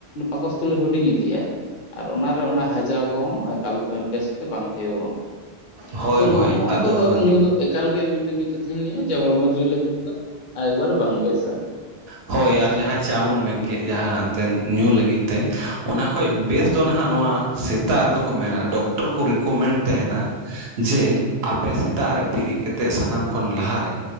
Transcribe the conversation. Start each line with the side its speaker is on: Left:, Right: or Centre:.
Left: ᱯᱟᱠᱚᱥ ᱛᱷᱚᱞᱤ ᱦᱩᱰᱤᱧ ᱤᱫᱤᱜᱼᱟ ᱾ ᱟᱨ ᱚᱱᱟᱨᱮ ᱚᱱᱟ ᱦᱟᱡᱟᱣ ᱠᱚᱦᱚᱸ ᱮᱠᱟᱞ ᱵᱮᱥ ᱥᱮ ᱵᱟᱝ ᱦᱩᱭᱩᱜᱚᱜᱼᱟ
Right: ᱦᱳᱭ
Left: ᱛᱚ
Right: ᱦᱳᱭ
Left: ᱱᱚᱜᱼᱚ ᱱᱚᱣᱟ
Right: ᱟᱫᱚ
Left: ᱠᱚᱫᱚ
Right: ᱦᱳᱭ
Left: ᱧᱩ ᱫᱚ ᱮᱠᱟᱞ ᱜᱮ ᱤᱧ ᱫᱚ ᱢᱤᱫ ᱠᱟᱛᱷᱟᱧ ᱞᱟᱹᱭᱟ ᱡᱮ ᱦᱚᱲᱢᱚ ᱡᱤᱣᱤ ᱞᱟᱹᱜᱤᱫ ᱫᱚ ᱮᱠᱵᱟᱨ ᱵᱟᱝ ᱵᱮᱥᱟ ᱾
Right: ᱦᱚᱭ ᱟᱨ ᱡᱟᱦᱟᱸ ᱪᱟ ᱵᱚᱱ ᱢᱮᱱ ᱠᱮᱫ ᱡᱟᱦᱟᱸ ᱮᱱᱛᱮ ᱧᱩ ᱞᱟᱹᱜᱤᱫ ᱛᱮ ᱚᱱᱟ ᱠᱷᱚᱡ
Left: ᱦᱩᱸ
Right: ᱵᱮᱥ ᱫᱚ ᱱᱟᱦᱟᱜ ᱱᱚᱣᱟ ᱥᱮᱛᱟᱜ ᱨᱮᱫᱚ ᱠᱚ ᱢᱮᱱᱟ ᱰᱚᱠᱴᱚᱨ ᱠᱚ ᱨᱤᱠᱳᱚᱢᱮᱱᱴ ᱛᱟᱦᱮᱸᱱᱟ ᱡᱮ
Left: ᱦᱩᱸ
Right: ᱟᱯᱮ ᱥᱮᱛᱟᱜ ᱨᱮ ᱵᱤᱨᱮᱫ ᱠᱟᱛᱮᱫ ᱥᱟᱱᱟᱢ ᱠᱷᱚᱱ ᱞᱟᱦᱟᱨᱮ